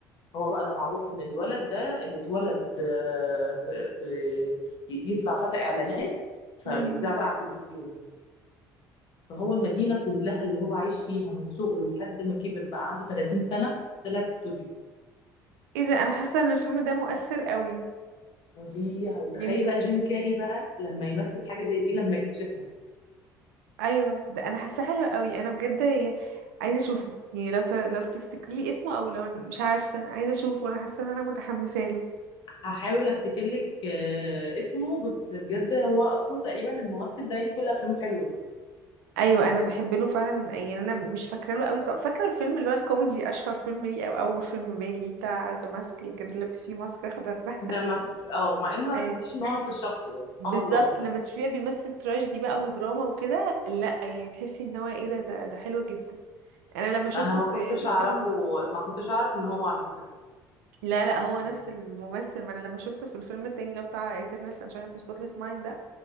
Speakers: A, on the left; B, on the right.
A: هو بقى ده معروف ان الولد ده اللي اتولد آه، في, في ي- يطلع فتى اعلانات فبيتذاع
B: امم
A: بقى على التلفزيون فهو المدينه كلها اللي هو عايش فيها من صغره لحد ما كبر بقى عنده 30 سنه طلعت استوديو
B: ايه ده انا حاسه ان الفيلم ده مؤثر قوي
A: فظيع وتخيلي
B: يعني
A: بقى جيم كاري بقى لما يمثل حاجة زي دي لما اكتشفها
B: ايوه ده انا حاسه حلو قوي انا بجد ي- عايزه اشوفه يعني لو ت... لو تفتكري لي اسمه او لو مش عارفه انا عايزه اشوفه انا حاسه ان انا متحمسه له
A: هحاول افتكر لك آه، اسمه بس بجد هو اصلا تقريبا الممثل ده يعني كل افلامه حلوة
B: ايوه انا بحب له فعلا يعني انا مش فاكره له قوي ك- فاكره الفيلم اللي هو الكوميدي اشهر فيلم ليه او اول فيلم باين ليه بتاع ذا ماسك اللي كان لابس فيه ماسك اخضر ده <laughs>
A: ذا ماسك اه مع ان ما
B: ايوه
A: تحسيش ان هو نفس الشخص يعني سبحان
B: بالظبط
A: الله
B: لما تشوفيه بيمثل تراجيدي بقى ودراما وكده لا يعني تحسي ان هو ايه ده ده ده حلو جدا انا لما شفته
A: انا ما كنتش
B: في الفيلم
A: اعرفه ما كنتش اعرف ان هو على فكرة
B: لا لا هو
A: يعني
B: نفس الممثل ما انا لما شفته في الفيلم التاني اللي هو بتاع Eternal Sunshine of the Spotless Mind ده